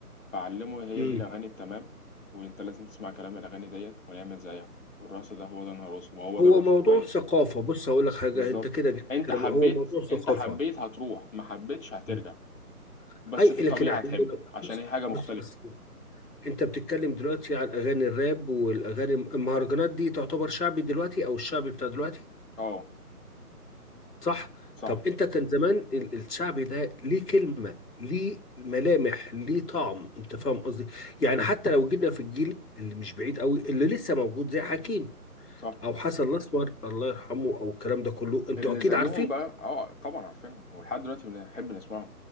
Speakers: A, on the left; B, on the left.
A: فعلمه هي
B: امم
A: دي الأغاني التمام وأنت لازم تسمع كلام الأغاني ديت ونعمل زيها والرقص ده هو ده الرقص وهو
B: هو
A: ده الرقص
B: موضوع
A: كويس
B: ثقافه بص هقول لك حاجه
A: بالظبط
B: انت كده جبت
A: أنت
B: كلام
A: حبيت
B: هو موضوع ثقافه
A: أنت حبيت هتروح ما حبيتش هترجع
B: مم.
A: بس
B: اي
A: في
B: لكن
A: الطبيعة
B: عايز
A: هتحب
B: اقول لك
A: عشان
B: بص
A: هي حاجة مختلفة
B: بص أصل انت بتتكلم دلوقتي على الاغاني الراب والاغاني المهرجانات دي تعتبر شعبي دلوقتي او الشعبي بتاع دلوقتي
A: اه
B: صح
A: صح
B: طب انت كان زمان ال- الشعبي ده ليه كلمة ليه ملامح ليه طعم انت فاهم قصدي يعني حتى لو جينا في الجيل اللي مش بعيد قوي اللي لسه موجود زي حكيم
A: صح
B: او حسن الاسمر الله يرحمه او الكلام ده كله انتوا
A: اللي
B: اكيد
A: زيهم
B: عارفين
A: بقى اه طبعا عارفينهم ولحد دلوقتي بنحب نسمعهم